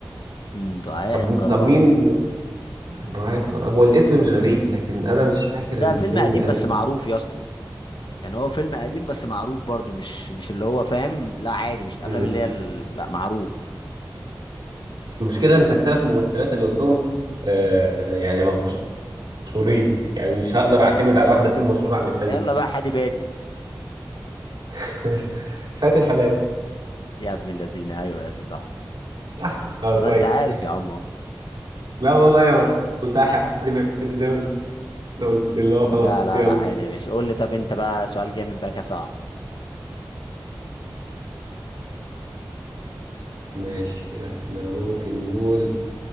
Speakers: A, on the left; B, on the right.
A: امم دعاء
B: طب
A: الكروان
B: طب مين دعاء الكروان هو الاسم مش غريب لكن انا مش فاكر
A: ده
B: الفيلم
A: فيلم قديم
B: قوي
A: بس معروف يا اسطى يعني هو فيلم قديم بس معروف برضه مش مش اللي هو فاهم لا عادي مش الافلام
B: مم.
A: اللي هي ال- لا معروف
B: المشكله انت الثلاث ممثلات اللي قلتهم آه، يعني مشهورين يعني مش هقدر اعتمد على واحده فيهم مشهوره عن التانيه
A: يلا بقى حادي بادي
B: <laughs> فاتن حمامه
A: يا ابن اللذين ايوه يا اسطى صح
B: صح اه
A: طب
B: كويس
A: انت عارف يا عمو
B: <laughs> لا والله يا قلتها حد بيدي زي ما انت قلت اللي هو خلاص
A: لا لا
B: يلا
A: لا عادي يا باشا قول لي طب انت بقى سؤال جامد بقى كده صعب
B: ماشي احنا ممكن نقول